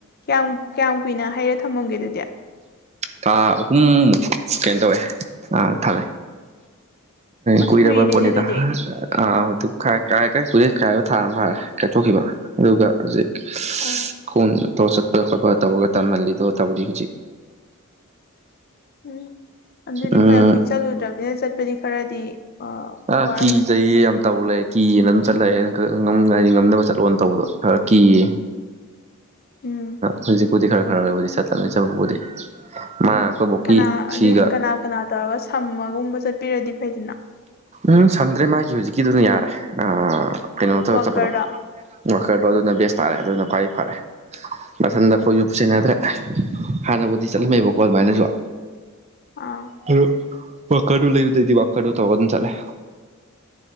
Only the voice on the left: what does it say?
ꯌꯥꯝ ꯀꯌꯥꯝ ꯀꯨꯏꯅ ꯍꯩꯔ ꯊꯝꯃꯝꯒꯦ ꯑꯗꯨꯗꯤ
ꯑꯁ
ꯀꯨꯏꯔꯦꯅꯦ
ꯑꯗꯨꯗꯤ
ꯑꯣ
ꯎꯝ ꯑꯗꯨꯗꯤ
ꯐꯅ ꯀꯨꯏ ꯆꯠꯂꯨꯗ꯭ꯔꯕꯅꯤꯅ ꯆꯠꯄꯗꯤ ꯈꯔꯗꯤ ꯑ
ꯋꯥꯔꯝꯃꯅꯤ
ꯎꯝ
ꯀꯅꯥ
ꯑꯗꯨꯗꯤ ꯀꯅꯥ ꯀꯅꯥ ꯇꯧꯔꯒ ꯁꯝꯃꯒꯨꯝꯕ ꯆꯠꯄꯤꯔꯗꯤ ꯐꯩꯗꯅ
ꯋꯥꯀꯔꯗꯣ
ꯑꯥ